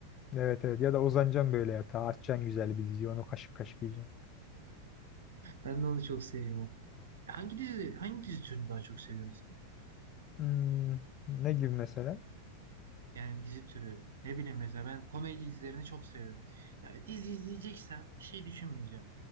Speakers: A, on the left; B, on the right.
A: Evet evet ya da uzanacaksın böyle yatağa açacaksın güzel bir dizi onu kaşık kaşık yiyeceksin.
B: Ben de onu çok seviyorum. Hangi dizi, hangi dizi türünü daha çok seviyorsun? sen?
A: Hmm, ne gibi mesela?
B: Yani dizi türü. Ne bileyim mesela ben komedi dizilerini çok seviyorum. Yani dizi izleyeceksem bir şey düşünmeyeceğim.